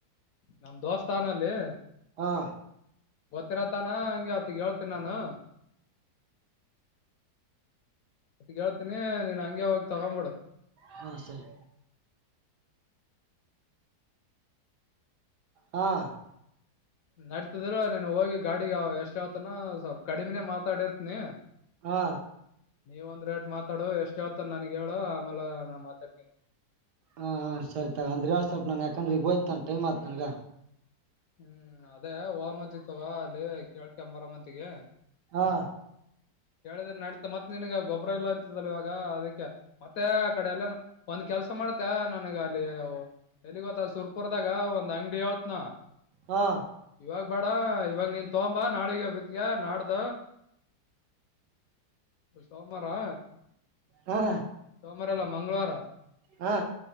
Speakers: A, on the left; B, on the right.
A: ನಮ ದೋಸ್ತಾನಲ್ಲಿ.
B: ಹಾ
A: ಗೊತ್ತಿರತಾನ ಹಂಗೆ ಆತ್ ಹೇಳ್ತನಿ ನಾನು ಮತ್ತ ಹೇಳ್ತೀನಿ ನೀನ್ ಹಂಗೆ ಹೋಗಿ ತಗೊಬಿಡು
B: ಹ್ಮ ಸರಿ ಹ್ಮ್
A: ನಡ್ತದ್ರ ನೀನ್ ಹೋಗಿ ಗಾಡಿಗೆ ಎಷ್ಟ ಹೇಳತಾನು ಸ್ವಲ್ಪ್ ಕಡಿಮಿನೇ ಮಾತಾಡಿರ್ತನಿ
B: ಹಾ
A: ನೀವ ಒಂದ್ ರೇಟ್ ಮಾತಾಡು ಎಷ್ಟ ಹೇಳತ್ತಾನ ನನಗ ಹೇಳು ಆಮೇಲೆ ನಾ ಮಾತಾಡ್ತೀನಿ
B: ಹಾ ಸರಿ ತಗೋ ಅಂದ್ರೆ ಯಾ ಸ್ವಲ್ಪ ನಾನ್ ಯಾಕಂದ್ರೆ ಈಗೋಯ್ತ ನಾನ ಟೈಮ್ಯತ್ ನನ್ಗ
A: ಹ್ಮ್ ಅದೇ ಹ ಮಂತಿ ತಗೋ ಅಲ್ಲಿ ಕೇಳ್ಕಅಂಬರ ಮಂತಿಗೆ
B: ಹಾ
A: ಕೇಳಿದ್ರ ನಡತ ಮತ್ ನಿನ್ಗ ಗೊಬ್ಬರ ಇಲ್ಲ ಅಂತದಲ್ಲ ಇವಾಗ ಅದಕ್ಕೆ ಮತ್ತೆ ಆ ಕಡೆ ಎಲ್ಲಾನು ಒಂದ್ ಕೆಲ್ಸ ಮಾಡ್ತ ನನಗ ಅಲ್ಲಿ ಎಲ್ಲಿ ಗೊತ್ತ ಸುರ್ಪುರ್ದಾಗ ಒಂದ್ ಅಂಗಡಿ ಹೇತನ್
B: ಹಾ
A: ಇವಾಗ ಬ್ಯಾಡ ಇವಾಗ ನೀನ್ ತಗೋಂಬಾ ನಾಳಿಗೆ ಬತ್ಗ ನಾಡ್ದ ಸೋಮಾರಾ
B: ಹಾ
A: ಸೋಮಾರ ಎಲ್ಲ ಮಂಗಳವಾರ
B: ಹಾ